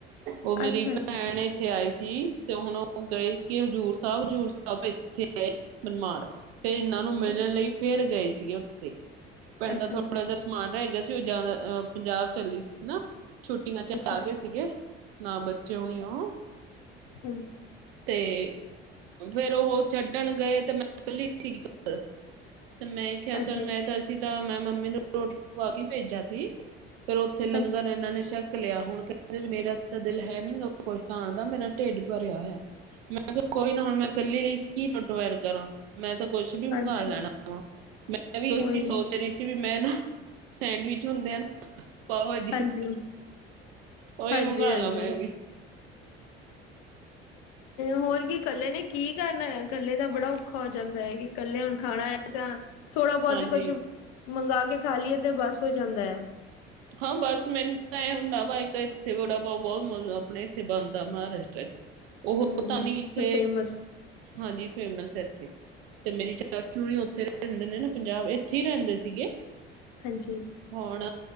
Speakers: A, on the right; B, on the left.
A: ਉਹ ਮੇਰੀ
B: ਅੱਛਾ
A: ਭੈਣ
B: ਅੱਛਾ
A: ਏ। ਏਥੇ ਆਏ ਸੀਤੇ ਹੁਣ ਉਹ ਗਏ ਸੀਗੇ, ਹਜ਼ੂਰ ਸਾਹਿਬ ਹਜ਼ੂਰ ਸਾਹਿਬ ਏਥੇ ਆਏ ਮਨਮਾੜ ਫ ਇੰਨਾ ਮਿਲਣ
B: ਅੱਛਾ
A: ਲਈ ਫੇਰ ਗਏ ਸੀਗੇ, ਉੱਥੇ ਪੈਂਦਾ
B: ਅੱਛਾ
A: ਥੋੜਾ
B: ਅੱਛਾ
A: ਜਿਹਾ ਸਮਾਨ ਰਹਿ ਗਿਆ। ਉਹ ਜ਼ਿਆਦਾ ਅਹ ਪੰਜਾਬ ਚੱਲੀ ਸੀ। ਹੈ ਨਾ ਛੁੱਟੀਆਂ ਚ ਆ
B: ਅੱਛਾ
A: ਗਏ ਸੀਗੇ ਨਾ ਬੱਚੇ ਹੋਣੀ ਉਹ
B: ਹੂੰ।
A: ਤੇ ਫੇਰ ਉਹ ਛੱਡਣ ਗਏ ਤੇ ਮੈਂ ਕੱਲੀ ਸੀਗੀ ਘਰ ਤੇ ਮੈਂ ਕਿਹਾ
B: ਅੱਛਾ
A: ਚਲ ਮੈਂ ਤਾਂ ਅਸੀਂ ਤਾਂ ਮੈਂ ਮੰਮੀ ਨੂੰ ਰੋਟੀ ਖਵਾ ਕੇ ਭੇਜਿਆ ਸੀ। ਫਿਰ ਉੱਥੇ ਲੰਗਰ
B: ਹਾਂਜੀ
A: ਇਹਨਾਂ ਨੇ ਛਕ ਛਕ ਲਿਆ ਹੁਣ ਕਹਿੰਦੇ, ਵੀ ਮੇਰਾ ਤਾਂ ਦਿਲ ਹੈ ਨੀ ਗਾ ਕੁਛ ਖਾਣ ਦਾ ਮੇਰਾ ਢਿੱਡ ਭਰਿਆ ਹੋਇਆ। ਮੈਂ ਕਿਹਾ ਕੋਈ ਨਾ ਹੁਣ ਮੈਂ ਕੱਲੀ ਲਈ ਕੀ ਟੁੱਟ ਵੈਰ ਕਰਾਂ। ਮੈਂ ਤਾਂ ਕੁਛ ਵੀ ਮੰਗਵਾ
B: ਹਾਂਜੀ
A: ਲੈਣਾ ਵਾ, ਮੈਂ ਵੀ ਇਹੀ
B: ਉਹੀ ਹੈ।
A: ਸੋਚ ਰਹੀ ਸੀ ਵੀ ਮੈਂ ਨਾ ਸੈਂਡਵਿਚ ਹੁੰਦੇ ਆਨਾ। ਪਾਉ ਬਾਜੀ
B: ਹਾਂਜੀ
A: ਉਈ
B: ਹਾਂਜੀ
A: ਮੰਗਾਂਲਾ
B: ਹਾਂਜੀ
A: ਮੈਂ ਵੀ
B: ਹੋਰ ਕੀ ਇਕੱਲੇ ਨੇ ਕੀ ਕਰਨਾ ਐ। ਕੱਲੇ ਦਾ ਬੜਾ ਔਖਾ ਹੋ ਜਾਂਦਾ ਹੈ ਕਿ ਕੱਲੇ ਹੁਣ ਖਾਣਾ ਐ ਤਾਂ ਥੋੜਾ ਬਹੁਤ
A: ਹਾਂਜੀ
B: ਵੀ ਕੁੱਛ ਮੰਗਾ ਕੇ ਖਾ ਲਈਏ ਤੇ ਬਸ ਹੋ ਜਾਂਦਾ ਐ।
A: ਹਾਂ, ਬਸ ਮੈਨੂੰ ਤਾਂਆਏ ਹੁੰਦਾ ਵਾ ਇੱਕ ਇੱਥੇ ਵੜਾ ਪਾਓ ਬਹੁਤ ਮਿਲਦਾ। ਆਪਣੇ ਇੱਥੇ ਬਣਦਾ ਮਹਾਰਾਸ਼ਟਰ ਚ ਉਹ
B: ਹਮ
A: ਤਾਂ ਨੀ ਇੱਕ
B: ਫੇਮਸ
A: ਹਾਂਜੀ ਫੇਮਸ ਹੈ। ਇੱਥੇ ਤੇ ਮੇਰੀ ਚਾਚੂ ਹੁਨੀ ਉੱਥੇ ਰਹਿੰਦੇ ਨੇ ਨਾ ਪੰਜਾਬ ਇੱਥੇ ਹੀ ਰਹਿੰਦੇ ਸੀਗੇ
B: ਹਾਂਜੀ।
A: ਹੁਣ